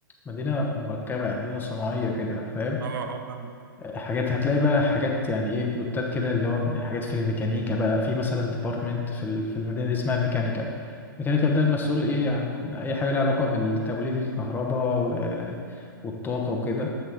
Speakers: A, on the left (about 15°); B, on the right (about 65°).
A: مدينه مركبه يعني مدينه صناعيه كده فاهم
B: اه اه فاهم
A: حاجات هتلاقي بقى حاجات يعني ايه بلوتات كده اللي هو حاجات في الميكانيكا بقى في مثلا ديبارتمنت في ال- في المدينه اللي اسمها ميكانيكال ميكانيكال ده المسؤول ايه عن اي حاجه لها علاقه بالتوليد الكهرباء و... والطاقه وكده